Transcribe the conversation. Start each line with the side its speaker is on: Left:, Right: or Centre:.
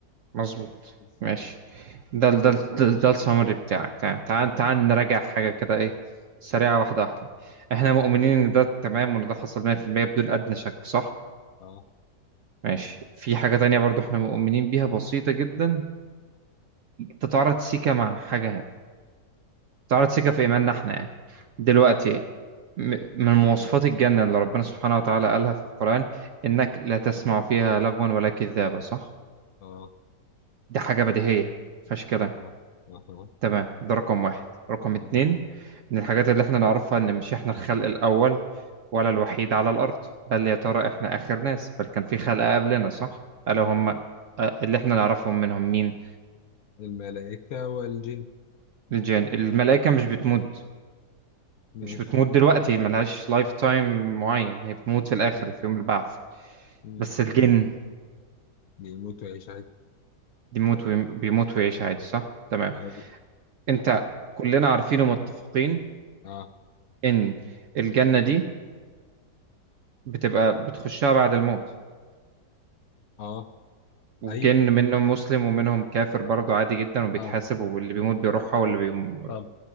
Right: مظبوط
Left: بس.
Right: ماشي ده ال- ده ال- ده, ال- ده السمري بتاعك تمام تعال تعال نراجع حاجة كده ايه سريعة واحدة واحدة احنا مؤمنين ان ده تمام وان ده حصل 100% بدون ادنى شك صح
Left: اه
Right: ماشي في حاجة تانية برضو احنا مؤمنين بيها بسيطة جدا تتعارض سيكا مع حاجة هنا تتعارض سيكا في ايماننا احنا يعني دلوقتي م- من مواصفات الجنة اللي ربنا سبحانه وتعالى قالها في القرآن انك لا تسمع فيها لغوا ولا كذابة صح
Left: اه
Right: دي حاجة بديهية مفيهاش كلام
Left: اه اه اه
Right: تمام ده رقم واحد رقم اتنين
Left: آه.
Right: من الحاجات اللي احنا نعرفها ان مش احنا الخلق الاول ولا الوحيد على الارض بل يا ترى احنا اخر ناس بل كان في خلق قبلنا صح الا هم آه، اللي احنا نعرفهم منهم مين
Left: الملائكة والجن
Right: الجن الملائكة مش بتموت
Left: ماشي
Right: مش بتموت دلوقتي ملهاش لايف تايم معين هي بتموت في الاخر
Left: مم.
Right: في يوم البعث
Left: مم.
Right: بس الجن
Left: بيموتوا يعيش عادي
Right: بيموت وي- بيموت ويعيش عادي صح تمام
Left: اه بي-
Right: انت كلنا عارفين ومتفقين
Left: اه
Right: ان الجنة دي بتبقى بتخشها بعد الموت
Left: اه
Right: والجن
Left: ايوه
Right: منهم مسلم ومنهم كافر برضه عادي جدا وبيتحاسب
Left: طبعا
Right: واللي بيموت بيروحها واللي بيم...
Left: طب